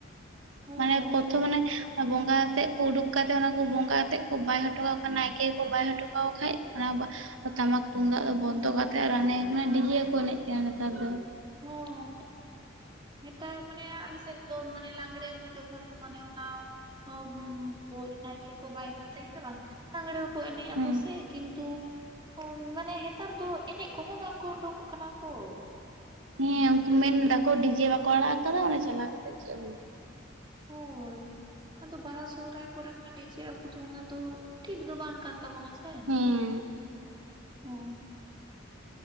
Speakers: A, on the right; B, on the right.
A: ᱦᱚᱸ
B: ᱢᱟᱱᱮ ᱯᱚᱛᱷᱚ ᱢᱟᱱᱮ ᱵᱚᱸᱜᱟ ᱟᱛᱮᱜ ᱠᱚ ᱩᱰᱩᱠ ᱠᱟᱛᱮᱜ ᱚᱱᱟ ᱠᱚ ᱵᱚᱸᱜᱟ ᱟᱛᱮᱜ ᱠᱚ ᱵᱟᱭ ᱦᱚᱴᱚ ᱠᱟᱠᱚ ᱠᱟᱱᱟ ᱮᱠᱮ ᱠᱚ ᱵᱟᱭ ᱦᱚᱴᱚ ᱠᱟᱠᱚ ᱠᱷᱟᱡ ᱚᱱᱟ ᱵᱟ ᱛᱟᱢᱟᱠ ᱛᱩᱢᱫᱟᱜ ᱫᱚ
A: ᱦᱚᱸ
B: ᱵᱚᱱᱫᱚ ᱠᱟᱛᱮᱜ ᱟᱨᱚ ᱦᱟᱱᱮ ᱚᱱᱮ ᱰᱤᱡᱮ ᱠᱚ ᱮᱱᱮᱡ ᱠᱟᱱᱟ ᱱᱮᱛᱟᱨ ᱫᱚ᱾
A: ᱦᱚᱸ ᱱᱮᱛᱟᱨ ᱢᱟᱱᱮ ᱟᱞᱮᱥᱮᱜ ᱫᱚ ᱢᱟᱱᱮ ᱞᱟᱜᱽᱲᱮ ᱠᱚ ᱡᱚᱠᱷᱚᱱ ᱢᱟᱱᱮ ᱚᱱᱟ ᱚᱢ ᱵᱚᱭ ᱱᱟᱭᱠᱮ ᱠᱚ ᱵᱟᱭ ᱠᱟᱛᱮ ᱦᱮᱸ ᱵᱟᱝ ᱞᱟᱜᱽᱬᱮ ᱦᱚᱸᱠᱚ ᱮᱱᱮᱡ ᱟᱠᱚ
B: ᱦᱮᱸ
A: ᱥᱮ ᱠᱤᱱᱛᱩ ᱢᱟᱱᱮ ᱦᱮᱛᱟᱨ ᱫᱚ ᱮᱱᱮᱡ ᱠᱚᱦᱚᱸ ᱵᱟᱝᱠᱚ ᱩᱸᱰᱩᱠᱚᱜ ᱠᱟᱱᱟ ᱠᱚ᱾
B: ᱦᱮᱸ ᱩᱝᱠᱩ ᱢᱮᱱ ᱫᱟᱠᱚ ᱰᱤᱡᱮ ᱵᱟᱠᱚ ᱟᱲᱟᱜ ᱠᱟᱫᱟ ᱚᱱᱟ ᱪᱟᱞᱟᱣ ᱠᱟᱛᱮᱜ ᱪᱮᱜ ᱦᱩᱭᱩᱜᱼᱟ᱾
A: ᱦᱳᱭ ᱟᱫᱚ ᱵᱟᱦᱟ ᱥᱚᱦᱚᱨᱟᱭ ᱠᱚᱨᱮ ᱢᱟ ᱰᱤᱡᱮ ᱟᱜᱩ ᱫᱚ ᱚᱱᱟ ᱫᱚ ᱴᱷᱤᱠ ᱫᱚ ᱵᱟᱝ ᱠᱟᱱ ᱛᱟᱵᱚᱱᱟ ᱥᱮ ᱞᱟᱭᱮᱱ
B: ᱦᱮᱸ
A: ᱦᱚᱸ᱾